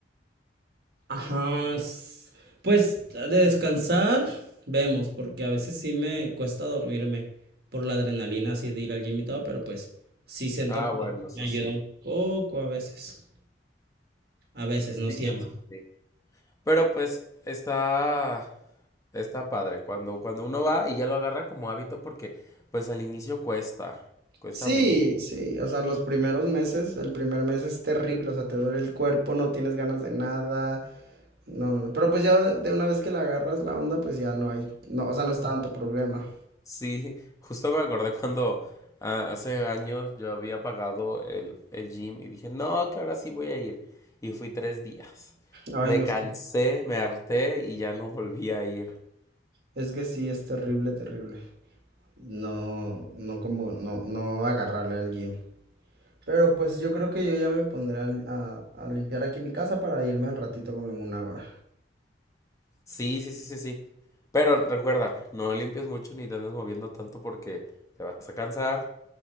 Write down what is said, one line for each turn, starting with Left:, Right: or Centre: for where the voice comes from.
Right: Ajá. s- Pues de descansar, vemos, porque a veces sí me cuesta dormirme por la adrenalina así de ir al gym y todo, pero pues sí siento
Left: Ah,
Right: que
Left: bueno, eso
Right: me ayuda
Left: sí.
Right: un poco a veces. A veces,
Left: Sí,
Right: no siempre.
Left: eso sí. Pero pues está, está padre cuando, cuando uno va y ya lo agarra como hábito porque pues al inicio cuesta, cuesta
Right: Sí,
Left: mucho.
Right: sí, o sea, los primeros meses, el primer mes es terrible, o sea, te duele el cuerpo, no tienes ganas de nada, no, no, no, pero pues ya de, de una vez que la agarras la onda, pues ya no hay, no, o sea, no es tanto problema.
Left: Sí, justo me acordé cuando ah, hace años yo había pagado el, el gym y dije, no, que ahora sí voy a ir. Y fui tres días.
Right: Ay,
Left: Me
Right: no.
Left: cansé, me harté y ya no volví a ir.
Right: Es que sí, es terrible, terrible. No, no como, no, no agarrarle al gym. Pero pues yo creo que yo ya me pondré a, li- a- a limpiar aquí mi casa para irme al ratito como en una hora.
Left: Sí, sí, sí, sí, sí. Pero recuerda, no limpies mucho ni te andes moviendo tanto porque te vas a cansar.